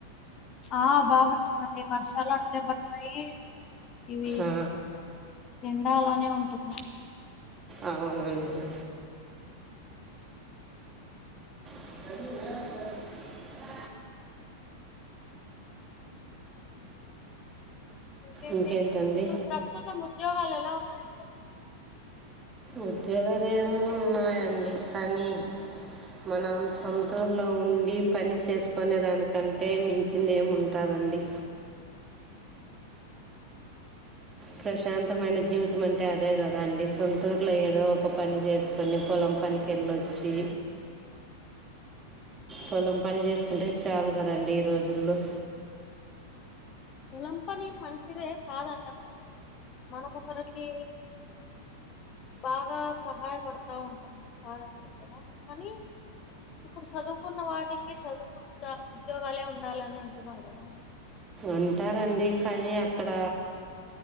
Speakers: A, on the left; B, on the right.
A: ఆ బాగుంటుందండి వర్షాలు అట్లే పడతాయి ఇవి
B: ఆ,
A: ఎండా అలానే ఉంటుంది
B: అవునండి <unintelligible>
A: ఇంకేంటి
B: ఇంకేంటండి
A: ఇప్పుడు ప్రస్తుతం ఉద్యోగాలు ఎలా ఉన్నాయండి
B: ఉద్యోగాలు ఏమో ఉన్నాయండి కానీ మనం సొంతూరులో ఉండి పని చేసుకునే దానికంటే మించింది ఏముంటాది అండి ప్రశాంతమైన జీవితం అంటే అదే కదా అండి సొంతూరులో ఏదో ఒక పని చేసుకుొని పొలం పనికి ఎళ్ళొచ్చి పొలం పని చేసుకుంటే చాలు కదండి రోజుల్లో
A: పోలం పని మంచిదే కాదండమ్ లెదు మనకొకరికి బాగా సహాయపడతా ఉంటుంది సాధన ఎత్తడం కానీ ఇప్పుడు చదువుకున్న వాటికి చదువుకున్న ఉద్యోగాలే ఉండాలని అంటున్నారు కదా
B: అంటారండి కానీ అక్కడ